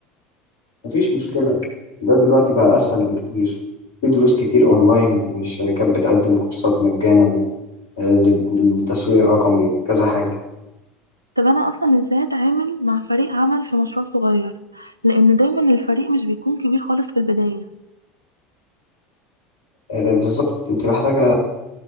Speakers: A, on the left; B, on the right.
A: مفيش مشكلة ده دلوقتي بقى أسهل بكتير في دروس كتير أونلاين والشركات بتقدم كورسات مجانا آه، للتسويق الرقمي وكذا حاجة
B: طب أنا أصلا إزاي أتعامل مع فريق عمل في مشروع صغير؟ لأن دايما الفريق مش بيكون كبير خالص في البداية
A: آه، ده بالظبط أنت محتاجة